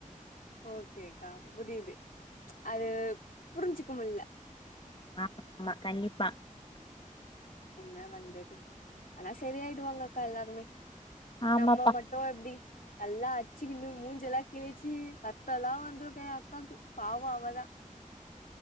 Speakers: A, on the left; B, on the left.
A: ஓக்கேக்கா புரியிது ம்ச் அது புருஞ்சுக்கமுடில்ல
B: ஆமா ஆமா கண்டிப் பா
A: என்ன பண்றது ஆனா செரியாய்டுவாங்க கா எல்லாருமே
B: ஆமாப்பா
A: நம்ம மட்டு எப்டி நல்லா அச்சிக்கினு மூஞ்செல்லா கிழிச்சு ரத்தொல்லா வந்துருக்கு எ அக்காக்கு பாவொ அவதா